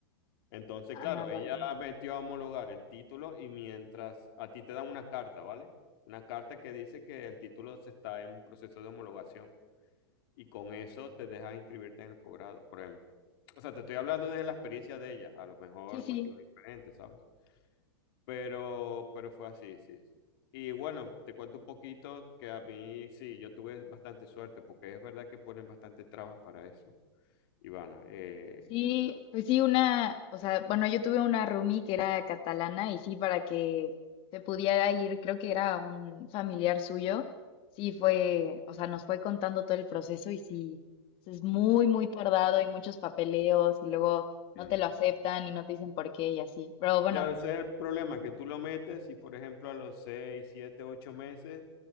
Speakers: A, on the left (about 60°); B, on the left (about 40°).
A: Entonces,
B: Ah,
A: claro,
B: vale.
A: ella metió a homologar el título y mientras a ti te dan una carta, ¿vale? Una carta que dice que el título se está en un proceso de homologación y con eso te deja inscribirte en el posgrado, por ejemplo. O sea, te estoy hablando desde la experiencia de ella, a lo mejor
B: Sí, sí.
A: contigo es diferente, ¿sabes? Pero, pero fue así, sí, sí. Y bueno, te cuento un poquito que a mí sí, yo tuve bastante suerte porque es verdad que ponen bastante trabas para eso, Ivana. Eh,
B: Sí, pues sí, una, o sea, bueno, yo tuve una roomie que era catalana y sí, para que se pudiera ir, creo que era un familiar suyo, sí fue, o sea, nos fue contando todo el proceso y sí, es muy, muy tardado y muchos papeleos y luego no
A: sí,
B: te lo aceptan y no te dicen por qué y así. Pero bueno,
A: Claro, ese es el problema, que tú lo metes y, por ejemplo, a los 6, 7, 8 meses,